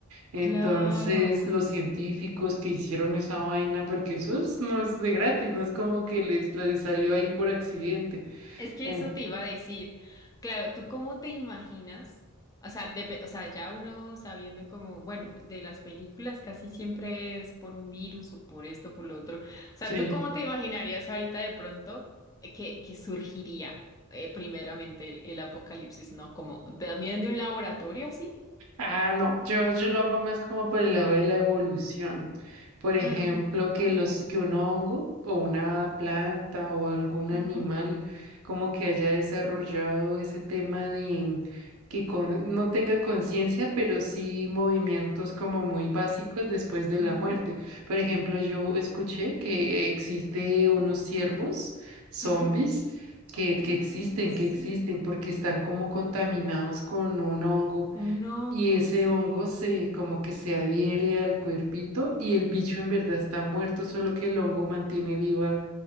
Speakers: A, on the right; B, on the left.
A: Entonces,
B: Claro.
A: los científicos que hicieron esa vaina, porque eso es- no es de gratis, no es como que les, les salió ahí por accidente.
B: Es que
A: Eh,
B: eso te iba a decir. Claro, ¿tú cómo te imaginas? O sea, depe- o sea, ya uno sabiendo como, bueno, de las películas casi siempre es por un virus o por esto, por lo otro. O sea,
A: sí.
B: ¿tú cómo te imaginarías ahorita de pronto eh, que, que surgiría eh, primeramente el, el apocalipsis, ¿no? Como también de un laboratorio así.
A: Ah, no, yo, yo lo hago más como por el lado de la evolución. Por ejemplo,
B: Mm,
A: que los, que un hongo o una planta o algún animal
B: ujú,
A: como que haya desarrollado ese tema de que con- no tenga conciencia, pero sí movimientos como muy básicos después de
B: ujú,
A: la muerte. Por ejemplo, yo escuché que existe unos ciervos zombies
B: ujú.
A: que, que
B: Ay,
A: existen,
B: sí.
A: que existen porque están como contaminados con un hongo
B: Un hongo,
A: y ese
B: sí.
A: hongo se como que se adhiere al cuerpito y el bicho en verdad está muerto, solo que el hongo mantiene viva,